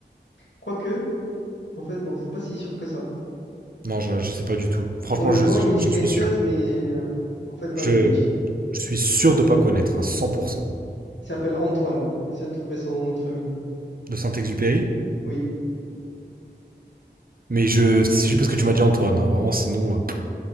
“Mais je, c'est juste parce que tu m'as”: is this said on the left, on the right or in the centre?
Right